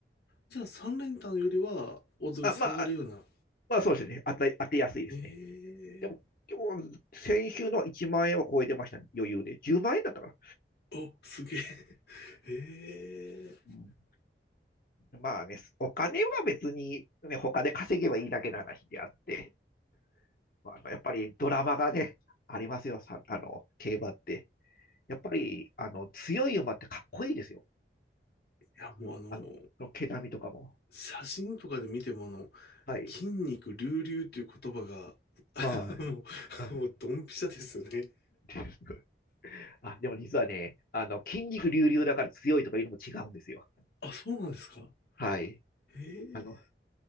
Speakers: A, on the left; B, on the left.
A: じゃあ、三連単よりは、オッズが下がるような。
B: あまあ、まあそうですね。当て、当てやすいですね。
A: ええ
B: でも、今日、先週の1万円は超えてましたね。余裕で。10万円だったかな。
A: お、すげえ。<laughs> ええ
B: うん、まあね、お金は別に、ね、他で稼げばいいだけの話であって、まあ、あのやっぱりドラマがね、ありますよ。さ、あの、競馬って。やっぱり、あの、強い馬ってかっこいいですよ。
A: いや、もうあの、
B: あの、毛並みとかも。
A: 写真とかで見てもあの、
B: はい。
A: 筋肉隆々っていう言葉が、<laughs> あのもう、
B: はい。あ、
A: もうドンピシャですよね。
B: で <laughs> あでも実はね、あの、筋肉隆々だから強いとかいうのも違うんですよ。
A: あ、そうなんですか。
B: はい。
A: へえ、
B: あの、